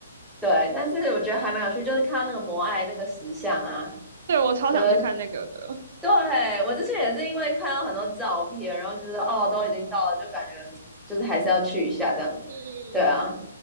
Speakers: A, in the centre; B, on the right.
A: 对，但是我觉得还蛮有趣，就是看到那个摩艾那个石像啊，
B: 对，我超想去看那个的，
A: 就是对，我之前也是因为看到很多照片，然后就觉得哦，都已经到了，就感觉就是还是要去一下这样。
B: 嗯
A: 对啊，
B: 嗯，